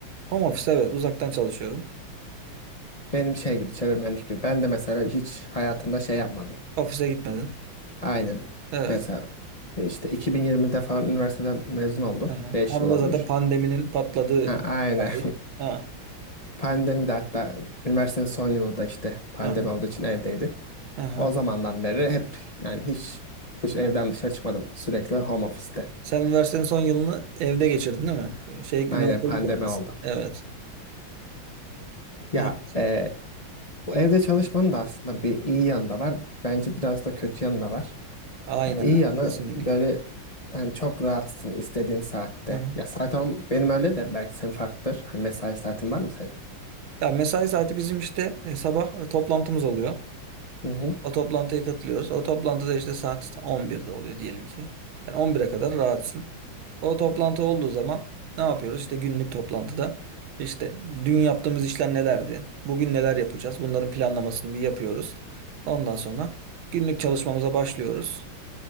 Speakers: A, on the right; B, on the left.
A: home office evet uzaktan çalışıyorum.
B: Benim şey gibi çevirmenlik gibi. Ben de mesela hiç hayatımda şey yapmadım.
A: Ofise gitmedin.
B: Aynen.
A: Evet.
B: Mesela işte 2020'de falan üniversiteden mezun oldum.
A: Aha.
B: 5
A: Tam
B: yıl olmuş.
A: da zaten pandeminin patladığı
B: Ha, aynen.
A: tarih. Ha.
B: <laughs> Pandemi de hatta üniversitenin son yılı da işte pandemi
A: Aha.
B: olduğu için evdeydi.
A: Aha.
B: O zamandan beri hep yani hiç dış evden dışarı çıkmadım. Sürekli home office'te.
A: Sen üniversitenin son yılını evde geçirdin değil mi? Şey
B: Aynen
A: üniversiteye
B: pandemi
A: gitmediniz.
B: oldu.
A: Evet.
B: Ya
A: Evet.
B: e, bu evde çalışmanın da aslında bir iyi yanı da var. Bence biraz da kötü yanı da var.
A: Aynen.
B: Ya iyi
A: aynen.
B: yanı
A: Kesinlikle.
B: böyle hani çok rahatsın istediğin saatte.
A: Hı hı.
B: Ya saat on, benim öyle de belki senin farklıdır. Hani mesai saatin var mı senin?
A: Ya mesai saati bizim işte e, sabah e, toplantımız oluyor.
B: Hı hı
A: O toplantıya katılıyoruz. O toplantıda işte saat 11'de oluyor diyelim ki. Yani 11'e kadar rahatsın. O toplantı olduğu zaman ne yapıyoruz? İşte günlük toplantıda işte dün yaptığımız işler nelerdi? Bugün neler yapacağız? Bunların planlamasını bir yapıyoruz. Ondan sonra günlük çalışmamıza başlıyoruz.